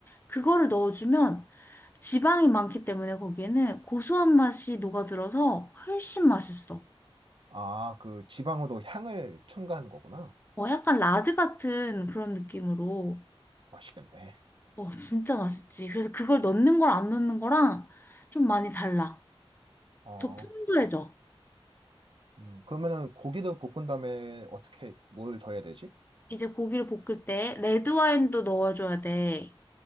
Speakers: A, on the left; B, on the right.
A: 그거를 넣어주면 지방이 많기 때문에 거기에는 고소한 맛이 녹아들어서 훨씬 맛있어.
B: 아, 그 지방으로 향을 첨가하는 거구나.
A: 어, 약간 라드 같은 그런 느낌으로.
B: 맛있겠네.
A: 어, 진짜 맛있지. 그래서 그걸 넣는 걸 안 넣는 거랑 좀 많이 달라.
B: 어.
A: 더 풍부해져.
B: 음, 그러면은 고기를 볶은 다음에 어떻게 뭘 더해야 되지?
A: 이제 고기를 볶을 때 레드 와인도 넣어줘야 돼.